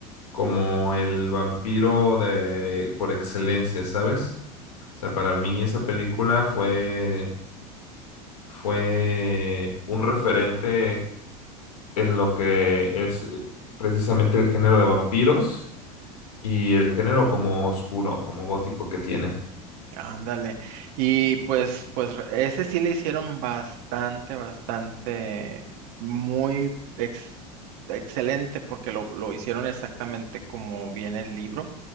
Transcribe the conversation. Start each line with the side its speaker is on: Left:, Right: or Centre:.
Left: como el vampiro de por excelencia, ¿sabes? O sea, para mí esa película fue fue un referente en lo que es eh, precisamente el género de vampiros y el género como oscuro, como gótico que tiene.
Right: Ándale. Y pues, pues re- ese sí le hicieron bastante, bastante, muy ex- excelente porque lo, lo hicieron exactamente como viene el libro.